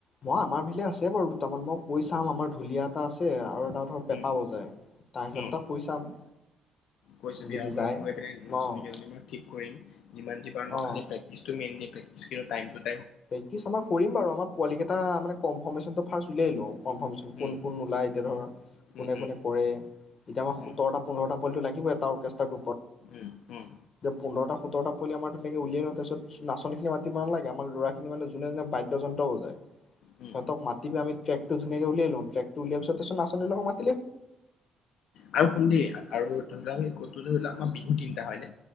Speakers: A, on the left (about 45°); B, on the left (about 75°).
A: মই আমাৰ ফিলে আছে বাৰু দুটামান, মই কৈ চাম আমাৰ ঢুলীয়া এটা আছে আৰু টা ধৰ পেঁপা
B: উম
A: বজায়, তা সিহঁতক
B: উম
A: কৈ চাম।
B: কৈছে বিয়া
A: যদি
B: ঘৰৰ
A: যায়
B: মোৰ মই এইপিনে নাচনী
A: অ
B: কেইজনী বাৰ ঠিক। কৰিম যিমান যি পাৰো নে?
A: অ
B: খালি প্ৰেক্টিছ টো <unintelligible> প্ৰেক্টিছ <unintelligible> টাইম টোত
A: প্ৰেক্টিচ আমাৰ কৰিম বাৰু আমাৰ পোৱালি কেইটা মানে কনফাৰমেচন টো ফাৰ্ষ্ট উলিয়াই লওঁ। কনফাৰমেচন,
B: উম
A: কোন কোন ওলায় এতিয়া
B: উম
A: ধৰ, কোনে
B: উম
A: কোনে কৰে, এতিয়া আমাক
B: উম
A: সোতৰটা পোন্ধৰটা পোৱালি টো লাগ কিবা এটাও এক্সটা <unintelligible>
B: উম উম
A: <unintelligible> মোক পোন্ধৰটা। সোতৰটা পোৱালি আমাৰ ধুনীয়াকৈ উলিয়াই লওঁ, তা ছত নাচনীখিনি মাতিব নালাগে, আমাৰ ল'ৰা খিনি মানে জোনে জোনে বাদ্যযন্ত্ৰ বজায়।
B: উম
A: সিহঁতক মাতিব আমি ট্ৰেক <unintelligible> ধুনীয়াকৈ উলিয়াই লওঁ। ট্ৰেকটো উলিওৱাৰ পিছত তাছত নাচনীৰ লগত মাত
B: ও ও‌ ও, আৰু শুন দেই আৰু ধৰি লওঁ আমি <unintelligible> ধৰি ল আমাৰ বিহু তিনিটা হয়নে?